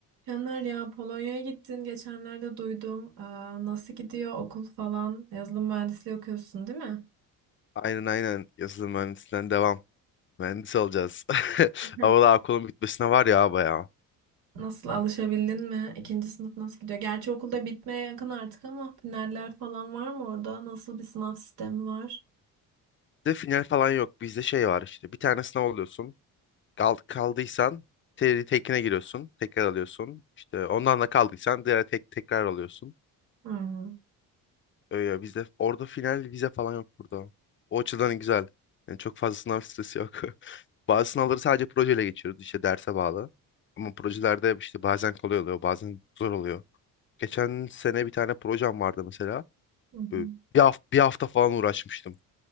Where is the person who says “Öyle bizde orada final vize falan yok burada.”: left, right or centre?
Left